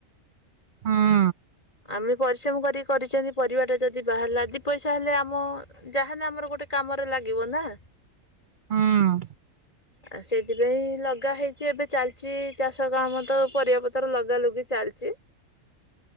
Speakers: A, on the right; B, on the left.
A: ହୁଁ ଉଁ
B: ଆମେ ପରିଶ୍ରମ କରି କରିଛନ୍ତି ପରିବା ଟା ଯଦି ବାହାରିଲା ଦି ପଇସା ହେଲେ ଆମ ଯାହାହେଲେ ଆମର ଗୋଟେ କାମରେ ଲାଗିବ ନା।
A: ହୁଁ ଉ
B: ଆଉ ସେଥିପାଇଁ ଲଗା ହେଇଛି ଏବେ ଚାଲିଛି ଚାଷ କାମ ତ ପରିବା ପତ୍ର ଲଗା ଲଗି ଚାଲିଛି।